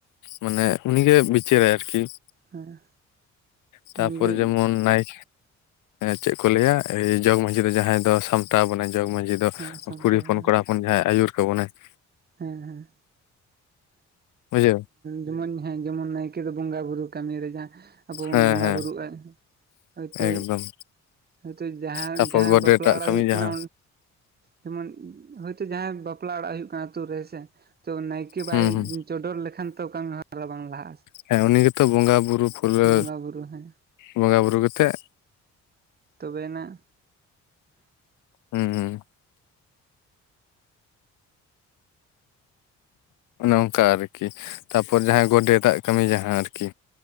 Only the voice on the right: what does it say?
ᱦᱮᱸ
ᱩᱱᱤᱜᱮ
ᱦᱮᱸ ᱥᱟᱢᱴᱟᱣ
ᱵᱚᱱᱟᱭ
ᱦᱮᱸ ᱦᱮᱸ
ᱡᱮᱢᱚᱱ ᱮᱸ ᱡᱮᱢᱚᱱ ᱱᱟᱭᱠᱮ ᱫᱚ ᱵᱚᱸᱜᱟ ᱵᱩᱨᱩ ᱠᱟᱹᱢᱤ ᱨᱮ ᱡᱟᱦᱟᱸ ᱟᱵᱚ ᱵᱚᱱ
ᱵᱚᱸᱜᱟ
ᱵᱩᱨᱩᱜᱼᱟ, ᱦᱚᱭ ᱛᱳ
ᱦᱳᱭᱛᱳ ᱡᱟᱦᱟᱸ
ᱡᱟᱦᱟᱸᱟᱭ
ᱵᱟᱯᱞᱟ
ᱚᱲᱟᱜ
ᱦᱩᱭᱩᱜ
ᱠᱟᱱᱟ ᱡᱮᱢᱚᱱ ᱦᱳᱭᱛᱳ ᱡᱟᱦᱟᱸᱭ ᱵᱟᱯᱞᱟ ᱚᱲᱟᱜ ᱦᱳᱭᱳᱜ ᱠᱟᱱᱟ ᱟᱛᱩ ᱨᱮ ᱥᱮ, ᱛᱚ ᱱᱟᱭᱠᱮ ᱵᱟᱭ
ᱪᱚᱰᱚᱨ ᱞᱮᱠᱷᱟᱱ ᱛᱚ ᱠᱟᱹᱢᱤ ᱦᱚᱨᱟ ᱵᱟᱝ ᱞᱟᱦᱟᱜᱼᱟ ᱾
ᱵᱚᱸᱜᱟ ᱵᱩᱨᱩ ᱦᱮᱸ
ᱛᱚᱵᱮᱭᱱᱟᱜ